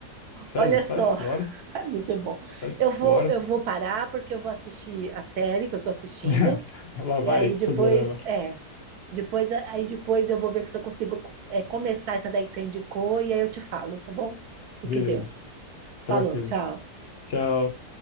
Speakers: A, on the left; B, on the right.
A: Sai,
B: Olha só,
A: sai
B: <laughs>
A: fora.
B: é muito bom.
A: Sai
B: Eu vou,
A: fora.
B: eu vou parar porque eu vou assistir a série que eu tô assistindo.
A: <laughs> Lá
B: E
A: vai,
B: aí depois,
A: Sudorama.
B: é. Depois, aí depois eu vou ver se eu consigo é, começar essa daí que você indicou e aí eu te falo, tá bom? O que
A: Beleza,
B: que deu?
A: tranquilo.
B: Falou, tchau.
A: Tchau.